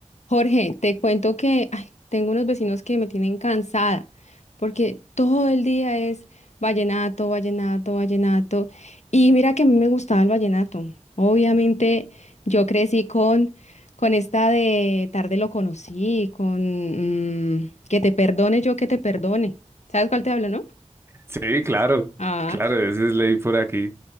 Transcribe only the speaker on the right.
Sí, claro,
claro, esa es ley por aquí.